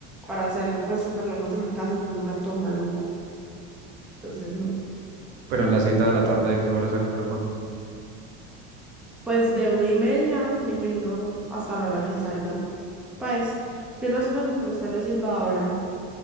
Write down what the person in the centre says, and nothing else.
para hacerlo, pues súper lejos de mi casa, en un lugar todo maluco. Entonces, no.
Pues de una y media, me imagino, hasta la hora que salga. Pues, yo no sé eso cómo lo están haciendo ahora.